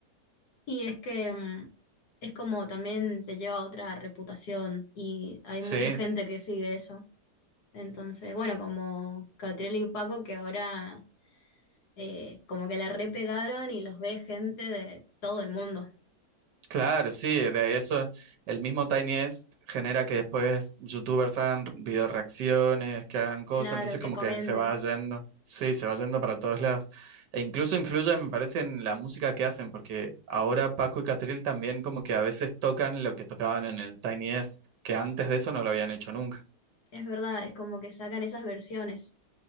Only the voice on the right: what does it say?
Sí,
Claro, sí, de eso el mismo Tiny Desk genera que después youtubers hagan video reacciones, que hagan cosas,
entonces
como
que se va yendo, sí, se va yendo para todos lados. E incluso influye, me parece, en la música que hacen, porque ahora Paco y Catril también como que a veces tocan lo que tocaban en el Tiny Desk, que antes de eso no lo habían hecho nunca.